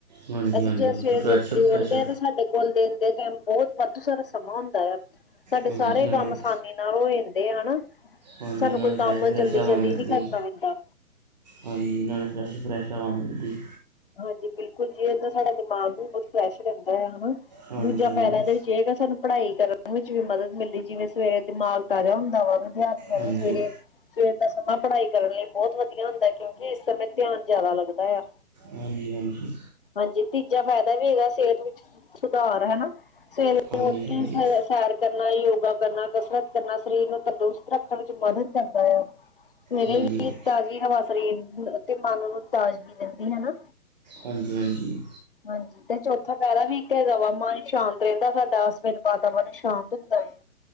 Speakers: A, on the right; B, on the left.
A: ਹਾਂਜੀ
B: ਅਸੀਂ
A: ਹਾਂਜੀ
B: ਜਦੋਂ ਸਵੇਰੇ
A: ਫਰੈਸ਼
B: ਜਲਦੀ
A: ਫਰੈਸ਼
B: ਉੱਠਦੇ ਹਾਂ ਤਾਂ ਸਾਡੇ ਕੋਲ ਦੇਣ ਦੇ ਟਾਈਮ ਬਹੁਤ ਵਾਧੂ ਸਾਰਾ ਸਮਾਂ ਹੁੰਦਾ ਆ, ਸਾਡੇ
A: ਹਾਂਜੀ
B: ਸਾਰੇ
A: ਨਾਲੇ
B: ਕੰਮ ਆਸਾਨੀ ਨਾਲ ਹੋ ਜਾਂਦੇ ਹਨਾ,
A: ਹਾਂਜੀ
B: ਸਾਨੂੰ
A: ਨਾਲੇ
B: ਕੋਈ ਕੰਮ
A: ਫਰੈਸ਼ ਫਰੈਸ਼
B: ਜਲਦੀ-ਜਲਦੀ
A: ਹਵਾ ਮਿਲਦੀ
B: ਨੀ ਕਰਨਾ ਪੈਂਦਾ।
A: ਹਾਂਜੀ ਨਾਲੇ ਫਰੈਸ਼-ਫਰੈਸ਼ ਹਵਾ ਮਿਲਦੀ।
B: ਹਾਂਜੀ ਬਿਲਕੁਲ ਜੀ ਇਦਾਂ ਸਾਡਾ ਦਿਮਾਗ ਵੀ ਬਹੁਤ ਫਰੈਸ਼ ਰਹਿੰਦਾ ਆ ਹਨਾ।
A: ਹਾਂਜੀ
B: ਦੂਜਾ
A: ਹਾਂਜੀ
B: ਫਾਇਦਾ ਇਹਦੇ ਵਿੱਚ ਇਹ ਹੇਗਾ ਸਾਨੂੰ ਪੜ੍ਹਾਈ ਕਰਨ ਵਿੱਚ ਵੀ ਮਦਦ ਮਿਲਦੀ ਜਿਵੇਂ ਸਵੇਰੇ ਦਿਮਾਗ ਤਾਜ਼ਾ ਹੁੰਦਾ ਵਾ ਵਿਦਿਆਰਥੀਆਂ
A: ਹਾਂਜੀ
B: ਨੇ ਸਵੇਰੇ ਸਵੇਰ ਦਾ ਸਮਾਂ ਪੜ੍ਹਾਈ ਕਰਨ ਲਈ ਬਹੁਤ ਵਧੀਆ ਹੁੰਦਾ ਕਿਉਂਕਿ ਇਸ ਸਮੇਂ ਧਿਆਨ ਜ਼ਿਆਦਾ ਲੱਗਦਾ ਆ।
A: ਹਾਂਜੀ ਹਾਂਜੀ।
B: ਹਾਂਜੀ ਤੀਜਾ ਫਾਇਦਾ ਵੀ ਇਹਦਾ ਸਿਹਤ ਵਿੱਚ ਸੁਧਾਰ ਹਨਾ? ਸਵੇਰੇ
A: ਹਾਂਜੀ
B: ਉੱਠ
A: ਹਾਂਜੀ
B: ਕੇ <unintelligible> ਸਾਰ ਕਰਨਾ ਯੋਗਾ ਕਰਨਾ ਕਸਰਤ ਕਰਨਾ ਸਰੀਰ ਨੂੰ ਤੰਦਰੁਸਤ ਰੱਖਣ ਵਿੱਚ ਮਦਦ ਕਰਦਾ ਆ। ਸਵੇਰੇ
A: ਹਾਂਜੀ
B: ਵੀ ਤਾਜ਼ੀ ਹਵਾ ਸਰੀਰ ਅਤੇ ਮਨ ਨੂੰ ਤਾਜ਼ਗੀ ਦਿੰਦੀ ਹਨਾ?
A: ਹਾਂਜੀ ਹਾਂਜੀ।
B: ਹਾਂਜੀ। ਤੇ ਚੌਥਾ ਫਾਇਦਾ ਵੀ ਇੱਕ ਹੈਗਾ ਵਾ ਮਨ ਸ਼ਾਂਤ ਰਹਿੰਦਾ ਸਾਡਾ ਸਵੇਰੇ ਵਾਤਾਵਰਨ ਸ਼ਾਂਤ ਹੁੰਦਾ ਹੈ।